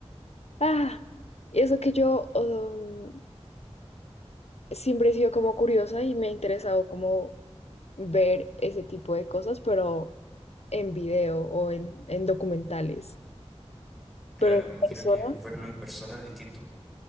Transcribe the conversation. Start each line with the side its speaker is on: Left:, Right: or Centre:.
Left: Ah, y eso que yo um, siempre he sido como curiosa y me ha interesado como ver ese tipo de cosas, pero en video o en, en documentales,
Centre: claro,
Left: pero en
Centre: me imagino
Left: persona
Centre: que verlo en persona es distinto.